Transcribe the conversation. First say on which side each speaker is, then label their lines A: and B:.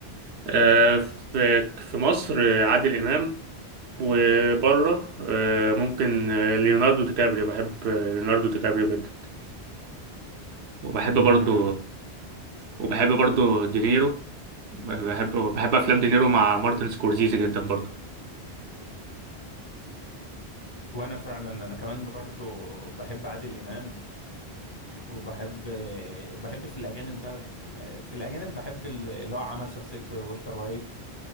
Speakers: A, on the right; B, on the left.
A: آه، في في مصر آه، عادل إمام وبره آه، ممكن آه، ليوناردو دي كابريو بحب آه، ليوناردو دي كابريو جدا وبحب
B: امم
A: برضو
B: انا
A: وبحب برضو دينيرو بحب بحب أفلام دينيرو مع مارتن سكورسيزي جدا برضو
B: وانا فعلا انا كمان برضو بحب عادل امام وبحب بحب في الاجانب بقى يعني في الاجانب بحب ال- اللي هو عمل شخصيه والتر وايت